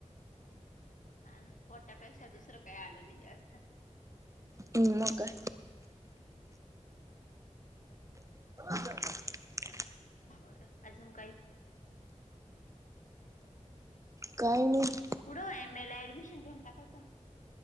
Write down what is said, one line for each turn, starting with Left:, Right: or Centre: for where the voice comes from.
Left: हा पोटापेक्षा दुसरं काय आलो नाही जास्त.
Right: ह म काय? ह.
Left: बरं अजून काही?
Right: काही नाही.
Left: पुढं एम ए ला ऍडमिशन घेऊन टाकायचं.